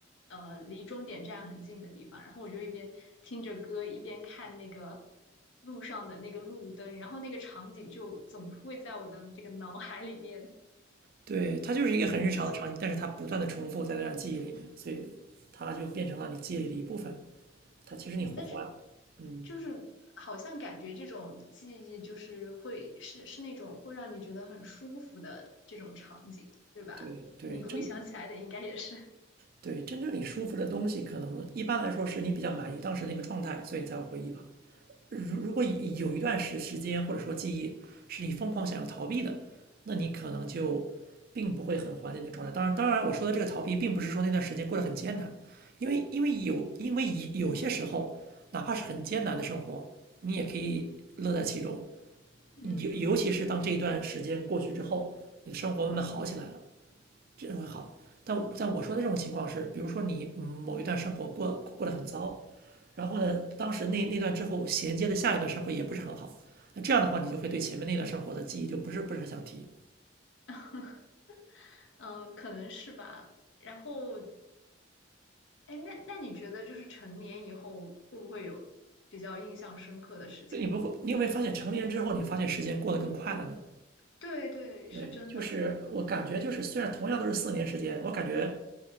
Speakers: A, on the left (about 70°); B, on the right (about 50°).
A: 呃离终点站很近的地方，然后我就一边听着歌，一边看那个路上的那个路灯，然后那个场景就总是会在我的这个脑海里面
B: 对，它就是一个很日常的场景，
A: 呈现。
B: 但是它不断的重复在那段记忆里面，所以它就变成了你记忆里的一部分。它其实你会还，
A: 但是
B: 嗯，
A: 就是好像感觉这种记忆就是会是是那种会让你觉得很舒服的这种场景，对吧？
B: 对对，
A: 你回想起来的应该也是，
B: 真对真正你舒服的东西，可能一般来说是你比较满意当时那个状态，所以你才会回忆吧。如如果有一段时时间或者说记忆是你疯狂想要逃避的，
A: 嗯
B: 那你可能就并不会很怀念那状态。当然，当然我说的这个逃避，并不是说那段时间过得很艰难，因为因为有因为有有些时候，哪怕是很艰难的生活，你也可以乐在其中。
A: 嗯。
B: 尤尤其是当这一段时间过去之后，你的生活慢慢好起来了，这样会好。但在我说的这种情况是，比如说你嗯某一段生活过过得很糟，然后呢，当时那那段之后衔接的下一段生活也不是很好，那这样的话，你就会对前面那段生活的记忆就不是不是很想提。
A: <laughs> 嗯，可能是吧。然后，哎，那那你觉得就是成年以后会不会有比较印象深刻的事情？
B: 所以你不会，你有没有发现成年之后，你发现时间过得更快了呢？
A: 对对，
B: 对，
A: 是真的
B: 就是我感觉就是虽然同样都是四年时间，我感觉